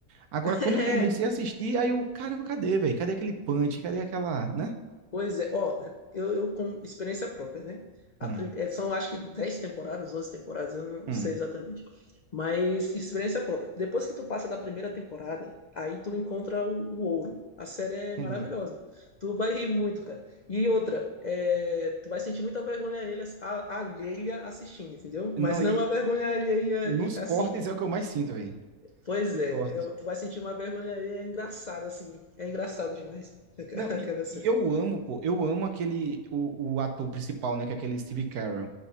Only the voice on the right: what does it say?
Agora,
quando eu comecei a assistir, aí eu, caramba, cadê, velho? Cadê aquele punch? Cadê aquela, né?
Hum,
hum,
entendi.
Não,
e
nos
cortes é o que eu mais sinto, velho.
Nos
cortes.
Não,
e,
e eu amo, pô, eu amo aquele, o, o ator principal, né, que é aquele Steve Carell.